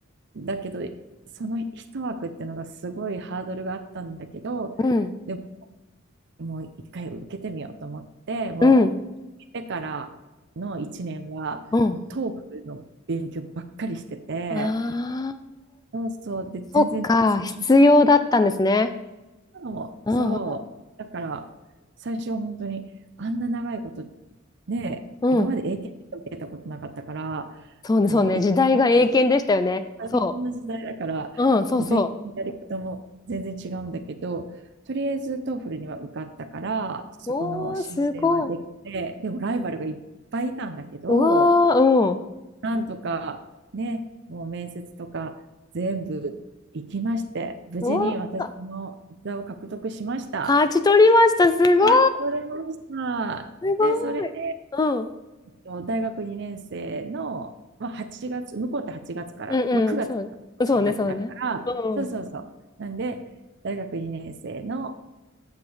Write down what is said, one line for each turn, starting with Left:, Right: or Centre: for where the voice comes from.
Right: うんだけど、その一枠っていうのがすごいハードルがあったんだけど、
Left: うんうん。
Right: でも、もう一回受けてみようと思って、もう、
Left: うん。うん。
Right: 受けてからの一年は、
Left: う
Right: もうトークの勉強ばっかりしてて、
Left: ん。ああ。
Right: そうそう、で、
Left: そっか。
Right: 全然最初
Left: 必要だったんですね。
Right: そう、
Left: うんうん
Right: そうだから、最初は本当に、あんな長いこと、ね、
Left: うん。
Right: 今まで英検とか受けたことなかったから、
Left: そうね、
Right: もう一気に勉強して
Left: そうね。時代が英検でしたよね。
Right: 大変な時代だから、
Left: そう。うん、そうそ
Right: もう勉強のやり方も全然違うんだけど、とりあえず TOEFL には受かったから、そこの申請はできて、
Left: う。おー、すごい。
Right: でもライバルがいっぱいいたんだけど、
Left: うわー、うん。
Right: なんとかね、もう面接とか全部行きまして、無事に私の座を獲得しました。
Left: うわー。勝ち取りました。すごい。
Right: 待ち取れました。
Left: すごい。
Right: で、それで、
Left: うん。
Right: えっと大学2年生の、まあ、8月、向こうって8月から、
Left: うんうん。
Right: まあ、9月から新学期だから、
Left: そう。そうね、そうね。うん。
Right: そうそうそう。なんで、大学2年生の、